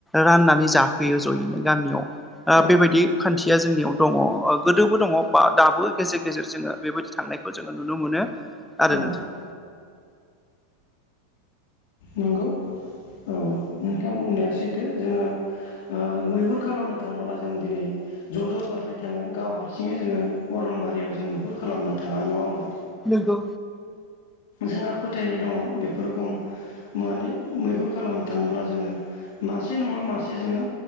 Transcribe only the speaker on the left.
औ
औ
नंगौ औ नोंथां बुंनाया सैथो जोङो मैहुर खालामनो थांब्ला जों दिनै ज' ज' जाजाय थाङो गाव हारसिङै जोङो अरनबारियाव जों मैहुर खालामनो थाङा नङा होमबा
जोंहा फोथायनाय दङ बेफोरखौ माने मैहुर खालामनो थाङोब्ला जोङो मासे नङा मासे जोङो